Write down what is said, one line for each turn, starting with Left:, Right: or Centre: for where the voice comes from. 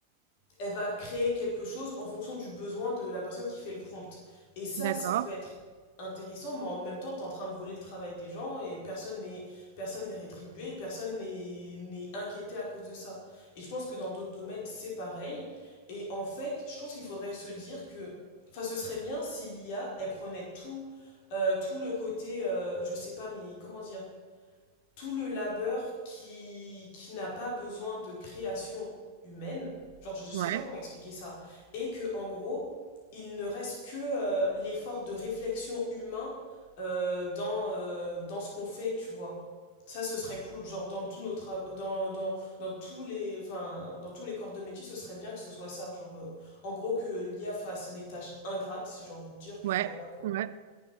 Left: elle va créer quelque chose en fonction du besoin de la personne qui fait le prompt. Et ça,
Right: D'accord.
Left: ça peut être intéressant, mais en même temps, tu es en train de voler le travail des gens et personne n'est personne n'est rétribué, et personne n'est n'est inquiété à cause de ça. Et je pense que dans d'autres domaines, c'est pareil. Et en fait, je pense qu'il faudrait se dire que, enfin, ce serait bien si l'IA, elle prenait tout, euh, tout le côté, euh, je sais pas, mais comment dire, tout le labeur qui, qui n'a pas besoin de création humaine. Genre, je ne sais
Right: Ouais,
Left: pas comment expliquer ça. Et que, en gros, il ne reste que euh, l'effort de réflexion humain euh, dans, euh, dans ce qu'on fait, tu vois. Ça, ce serait cool. Genre, dans tous nos trav- dans, dans, dans tous les, enfin, dans tous les corps de métier, ce serait bien que ce soit ça. Genre, euh, en gros, que l'IA fasse les tâches ingrates, si j'ai envie de dire, puis
Right: ouais,
Left: voilà, quoi.
Right: ouais.